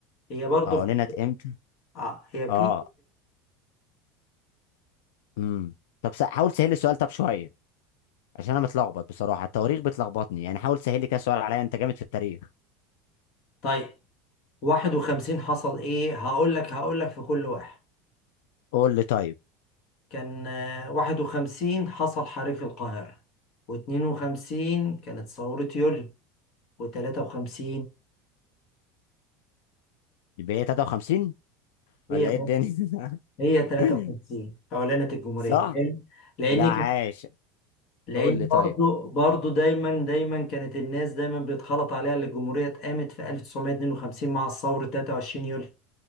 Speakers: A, on the left; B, on the left.
A: هي برضه
B: اعلنت
A: في...
B: امتى
A: آه هي في
B: اه امم طب س- حاول تسهل لي السؤال طب شويه عشان انا متلخبط بصراحه التواريخ بتلخبطني يعني حاول تسهل لي كده سؤال عليا انت جامد في التاريخ
A: طيب 51 حصل إيه هقول لك هقول لك في كل واحد
B: قول لي طيب
A: كان آه، 51 حصل حريق القاهرة و52 كانت ثورة يوليو و53
B: يبقى هي 53
A: هي
B: ولا ايه الدنيا
A: هي 53
B: <laughs>
A: أعلنت الجمهورية
B: صح
A: لأن لأن
B: لا عاش
A: لان
B: قول لي
A: برضو
B: طيب
A: برضو دايما دايما كانت الناس دايما بيتخلط عليها اللي الجمهوريه اتقامت في 1952 مع الثوره 23 يوليو